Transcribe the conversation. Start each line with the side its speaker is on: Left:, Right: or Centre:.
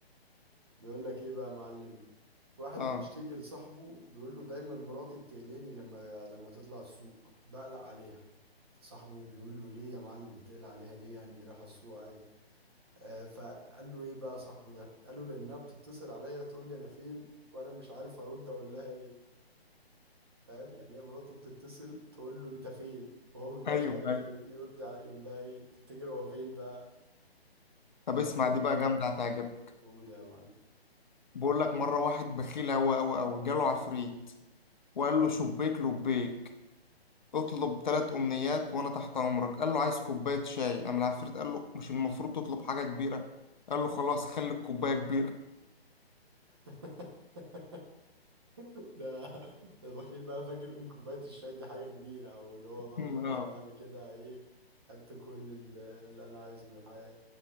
Right: بيقول لك ايه بقى يا معلم واحد
Left: اه
Right: بيشتكي لصاحبه بيقول له دايما مراتي بتقلقني لما لما تطلع السوق بقلق عليها فصاحبه بيقول له ليه يا معلم بتقلق عليها ليه يعني دي رايحة السوق عادي آه فقال له ايه بقى صاحبه ده قال له لانها بتتصل عليا تقول لي انا فين وانا مش عارف ارد اقول لها ايه فاهم يعني هي مراته بتتصل تقول له انت فين وهو ما بيبقاش
Left: ايوه
Right: عارف
Left: ايوه
Right: ي- يرد على يقول لها ايه تفتكر هو فين بقى
Left: طب
Right: فاهم
Left: اسمع دي بقى جامده هتعجبك
Right: قول يا معلم
Left: بقول لك مرة واحد بخيل أوي أوي أوي جاله عفريت وقال له شبيك لبيك اطلب تلات أمنيات وأنا تحت أمرك قال له عايز كوباية شاي قام العفريت قال له مش المفروض تطلب حاجة كبيرة قال له خلاص خلي الكوباية كبيرة
Right: <laughs> ده ده بخيل بقى فاكر ان كوبايه الشاي دي حاجه كبيره او اللي هو بقى
Left: <laughs>
Right: خلاص
Left: آه.
Right: بقى انا كده ايه خدت كل ال- اللي انا عايزه من الحياه